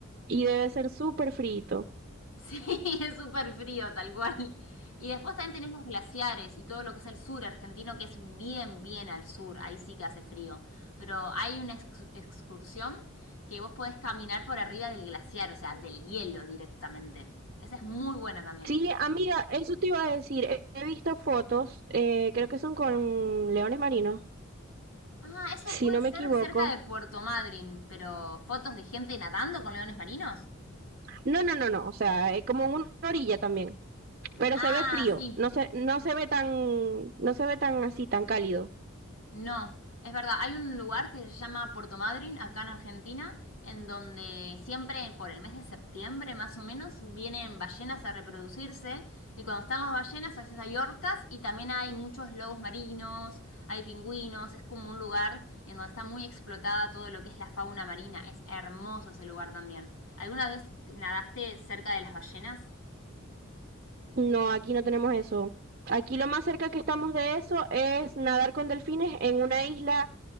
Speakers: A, on the right; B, on the left.
A: y debe ser súper frito.
B: Sí, <laughs> es súper frío, tal cual. Y después también tenés los glaciares y todo lo que es el sur argentino, que es bien, bien al sur, ahí sí que hace frío. Pero hay una ex- excursión que vos podés caminar por arriba del glaciar, o sea, del hielo directamente. Esa es muy buena también.
A: Sí, amiga, eso te iba a decir. He he visto fotos, eh, creo que son con leones marinos,
B: Ah, eso
A: si
B: puede
A: no
B: ser
A: me equivoco.
B: cerca de Puerto Madryn, pero fotos de gente nadando con leones marinos.
A: No, no, no, no, o sea, es como en una orilla también, pero
B: Ah,
A: se ve frío,
B: sí.
A: no se, no se ve tan, no se ve tan así, tan cálido.
B: No, es verdad, hay un lugar que se llama Puerto Madryn, acá en Argentina, en donde siempre por el mes de septiembre más o menos vienen ballenas a reproducirse y cuando están las ballenas a veces hay orcas y también hay muchos lobos marinos, hay pingüinos, es como un lugar en donde está muy explotada todo lo que es la fauna marina, es hermoso ese lugar también. ¿Alguna vez nadaste cerca de las ballenas?
A: No, aquí no tenemos eso. Aquí lo más cerca que estamos de eso es nadar con delfines en una isla